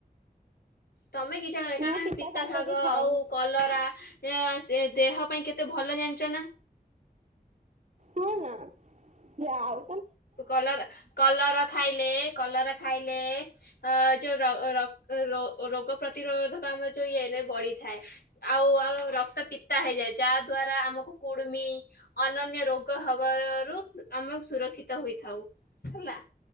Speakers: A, on the left; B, on the right.
A: ତମେ କିଛି <unintelligible>
B: ମୁଁ
A: ତମେ ପିତା ଶାଗ
B: ବି ଖାଏନି
A: ଆଉ କଲରା ଇଏସେ ଦେହ ପାଇଁ କେତେ ଭଲ ଜାଣିଚ ନା?
B: ହଁ ନା ଯାଅଉ
A: କଲରା କଲରା ଖାଇଲେ କଲରା ଖାଇଲେ ଅ ଯୋଉ ର ର ରୋ ରୋଗ ପ୍ରତିରୋଧକ ଆମର ଯୋଉ ଇଏନେ ବଢିଥାଏ ଆଉ ଆ ରକ୍ତ ପିତା ହେଇଯାଏ ଯାଆଦ୍ୱାରା ରା ଆମକୁ କୁଡମି ଅନନ୍ୟ ରୋଗ ହବାରୁ ଆମ ସୁରକ୍ଷିତ ହୋଇଥାଉ ହେଲା।